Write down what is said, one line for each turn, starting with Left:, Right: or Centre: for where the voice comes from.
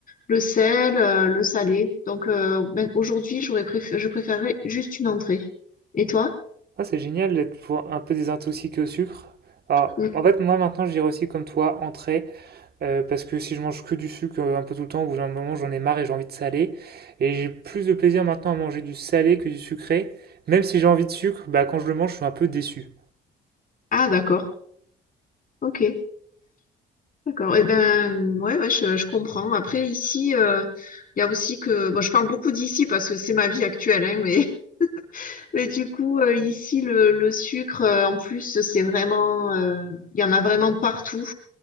Left: le sel, euh, le salé. Donc euh, même aujourd'hui, j'aurais préféré, je préférerais juste une entrée. Et toi?
Right: Ah, c'est génial d'être pour un peu désintoxiqué au sucre. Alors,
Left: Mm.
Right: en fait, moi maintenant, je dirais aussi comme toi, entrée, euh, parce que si je mange que du sucre euh, un peu tout le temps, au bout d'un moment, j'en ai marre et j'ai envie de salé. Et j'ai plus de plaisir maintenant à manger du salé que du sucré. Même si j'ai envie de sucre, bah, quand je le mange, je suis un peu déçu.
Left: Ah, d'accord. Ok. D'accord. Eh ben, ouais, ouais, je, je comprends. Après, ici, euh, il y a aussi que, bon, je parle beaucoup d'ici parce que c'est ma vie actuelle, hein, mais Et du coup, euh, ici, le, le sucre, euh, en plus, c'est vraiment, euh, il y en a vraiment partout.